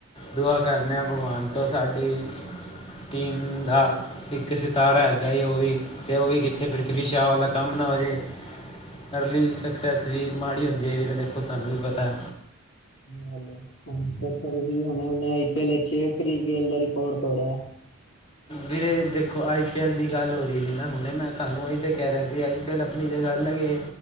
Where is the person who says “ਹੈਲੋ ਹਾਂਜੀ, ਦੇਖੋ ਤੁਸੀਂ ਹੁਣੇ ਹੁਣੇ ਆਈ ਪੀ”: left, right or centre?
Left